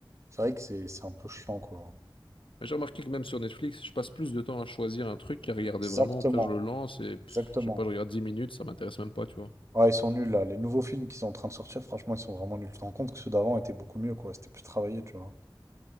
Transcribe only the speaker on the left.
Mais J'ai remarqué que même sur Netflix, je passe plus de temps à choisir un truc qu'à regarder
vraiment. Après, je le lance et pff,
je sais pas, je regarde 10 minutes, ça m'intéresse même pas, tu vois.